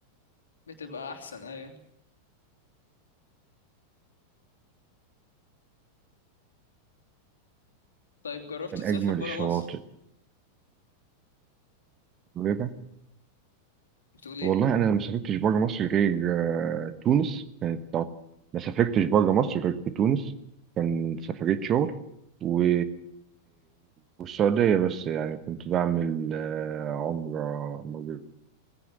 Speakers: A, on the left; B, on the right.
A: بتبقى أحسن أيوة طيب جربت
B: من
A: تسافر
B: اجمل
A: برا
B: الشواطئ
A: مصر؟
B: وكده.
A: بتقول إيه؟
B: والله انا ما سافرتش بره مصر غير آه، تونس كانت تع- ما سافرتش بره مصر غير في تونس كان سفرية شغل و... والسعودية بس يعني كنت بعمل آه، عمرة مرتين